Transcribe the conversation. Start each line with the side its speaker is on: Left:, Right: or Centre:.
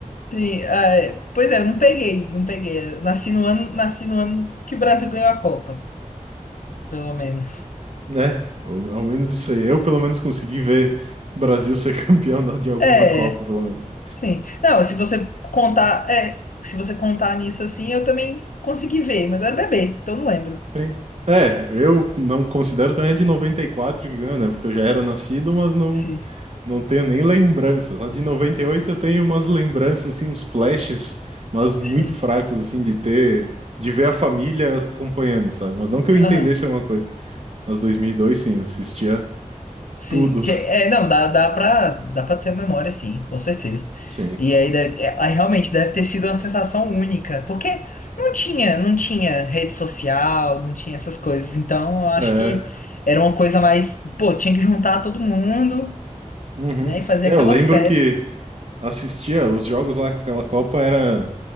Left: Sim, ah, é, pois é, eu não peguei, não peguei. Eu Nasci no ano, nasci no ano que o Brasil ganhou a Copa, pelo menos.
Right: né? Ao ao menos isso aí. Eu, pelo menos, consegui ver o Brasil ser <laughs> campeão da- de alguma
Left: É.
Right: Copa, pelo menos.
Left: Sim. Não, se você contar, é, se você contar nisso assim, eu também consegui ver, mas eu era bebê, então não lembro.
Right: Sim. É, eu não considero também a de 94 que ganhou, né? Porque eu já era nascido, mas não,
Left: Sim,
Right: não tenho nem lembranças. A de 98 eu tenho umas lembranças, assim, uns flashes, mas muito
Left: sim.
Right: fracos, assim, de ter, de ver a família acompanhando, sabe? Mas não que eu
Left: Aham,
Right: entendesse alguma coisa. Mas dois, mil e dois, sim, eu assistia
Left: sim.
Right: tudo.
Left: Que, é, não, dá, dá pra, dá pra ter memória, sim, com certeza.
Right: Sim.
Left: E aí, deve- é, aí realmente deve ter sido uma sensação única, porque não tinha, não tinha rede social, não tinha essas coisas. Então, eu acho
Right: É.
Left: que era uma coisa mais, pô, tinha que juntar todo mundo,
Right: Uhum.
Left: né, e fazer
Right: É,
Left: aquela
Right: Eu lembro
Left: festa.
Right: que
Left: <laughs>
Right: assistia os jogos lá, aquela Copa era